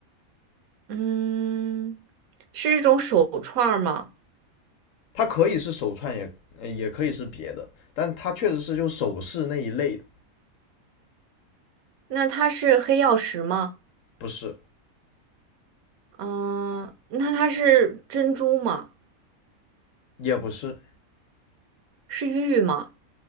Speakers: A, on the right (about 85°); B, on the left (about 70°).
A: 嗯，是一种手串儿吗？
B: 它可以是手串也，也也可以是别的，但它确实是就首饰那一类的，
A: 那它是黑曜石吗？
B: 不是，
A: 嗯，那它是珍珠吗？
B: 也不是。
A: 是玉吗？